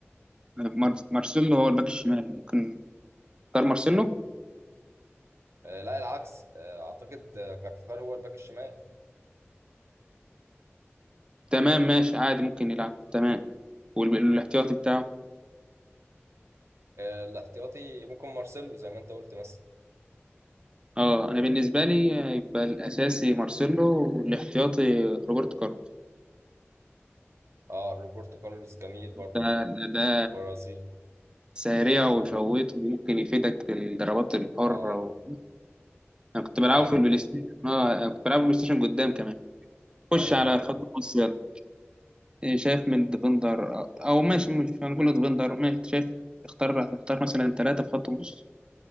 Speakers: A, on the right; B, on the right.
A: مار- مارسيلو هو الباك الشمال ممكن اختار مارسيلو
B: آه، لا العكس آه، أعتقد آه، كارفاخال هو الباك الشمال
A: تمام ماشي عادي ممكن يلعب تمام والاحتياطي بتاعه
B: آه، الاحتياطي ممكن مارسيلو زي ما أنت قلت مثلا
A: اه انا بالنسبه لي يبقى الاساسي مارسيلو والاحتياطي روبرتو كارلوس
B: أه روبرتو كارلوس جميل برضو
A: آه، ده
B: البرازيل
A: سريع وشويط
B: ما
A: ممكن يفيدك في الضربات الحره
B: أه
A: و... انا كنت بلعبه
B: فعلا
A: في البلاي ستيشن اه أنا كنت بلعبه بلاي ستيشن قدام كمان خش
B: أيوه
A: على
B: أيوه.
A: خط النص يلا إيه، شايف من ديفندر او أو ماشي مش هنقول ديفندر ماشي شايف اختار اختار مثلا ثلاثه في خط النص